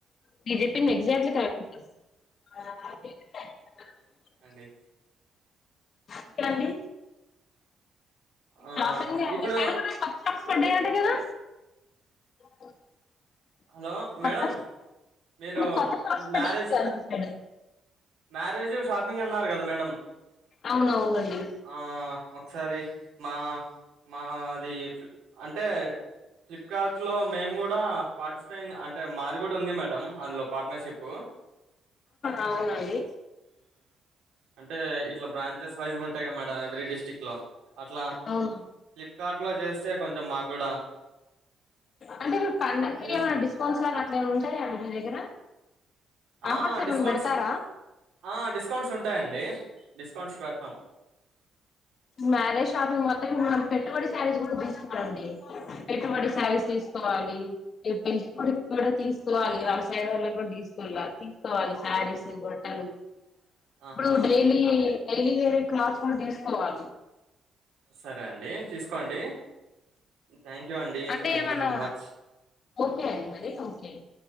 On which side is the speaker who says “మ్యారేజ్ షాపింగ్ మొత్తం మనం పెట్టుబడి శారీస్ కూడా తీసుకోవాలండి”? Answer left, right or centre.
Left